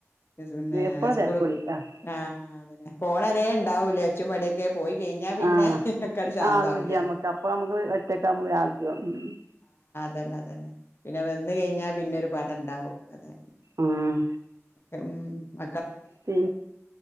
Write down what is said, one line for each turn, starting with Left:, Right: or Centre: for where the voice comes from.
Left: സ് പിന്നെ
Right: എപ്പോഴും
Left: സ്കൂളും
Right: തിരക്ക് കൂടിയിട്ടാണ്
Left: ആ അതന്നെ പോണെരേ ഇണ്ടാവൂ ലേ ച്ചും പട യെക്കെ പോയി കഴിഞ്ഞാ പിന്നെ
Right: ആഹ്
Left: ഒക്കട് ശാന്താവൂലേ
Right: ആളുല്ല്യ അമ്മക്ക് അപ്പൊ അമ്മക്ക് ഒറ്റക്കാവ്മ്പൊ <unintelligible> ഉം
Left: തെന്നെ അതെന്നെ പിന്നെ വന്ന് കയ്ഞ്ഞാ പിന്നെ ഒരു പട് ടണ്ടാവും അതെ
Right: ആഹ്
Left: ഉം മ
Right: പി